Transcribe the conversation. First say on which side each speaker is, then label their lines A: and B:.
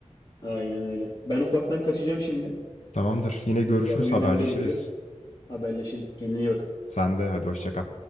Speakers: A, on the left; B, on the left.
A: Aynen öyle. Ben ufaktan kaçacağım şimdi.
B: Tamamdır. Yine görüşürüz,
A: Ya uyumam
B: haberleşiriz.
A: gerekiyor. Haberleşelim. Kendine iyi bak.
B: Sen de hadi hoşça kal.